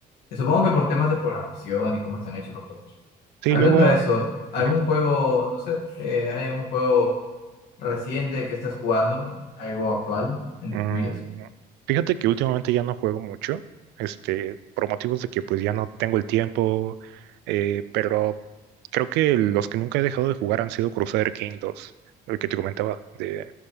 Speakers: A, on the left; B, on the right.
A: Y Supongo que por temas de programación y cómo están hechos los juegos.
B: Sí,
A: Hablando
B: luego,
A: de eso, ¿algún
B: ujú.
A: juego, no sé, eh, hay algún juego reciente que estés jugando? ¿Algo actual, entre
B: Mm,
A: comillas?
B: fíjate que últimamente ya no juego mucho, este, por motivos de que pues ya no tengo el tiempo, eh, pero creo que los que nunca he dejado de jugar han sido Crusader King 2, el que te comentaba, de,